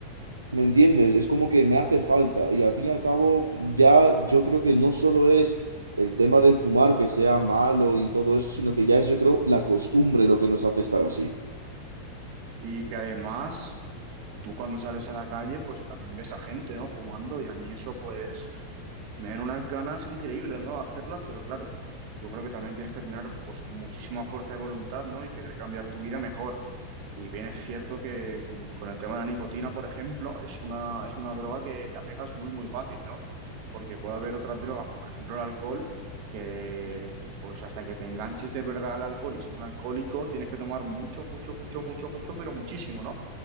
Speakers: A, on the right; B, on the right.
A: ¿Me entiendes? Es como que me hace falta. Y al fin y al cabo, ya yo creo que no solo es el tema de fumar que sea malo y todo eso, sino que ya es, yo creo, la costumbre lo que nos hace estar así.
B: Y que además... tú cuando sales a la calle, pues también ves a gente, ¿no? Fumando y a mí eso, pues, me dan unas ganas increíbles, ¿no? de Hacerlas, pero claro, yo creo que también tienes que tener, pues, muchísima fuerza de voluntad, ¿no? Y querer cambiar tu vida mejor. Y bien es cierto que con, con el tema de la nicotina, por ejemplo, es una, es una droga que te apegas muy, muy fácil, ¿no? Porque puede haber otras drogas, como por ejemplo el alcohol, que pues hasta que te enganches de verdad al alcohol y ser un alcohólico, tienes que tomar mucho, mucho, mucho, mucho, mucho, pero muchísimo, ¿no?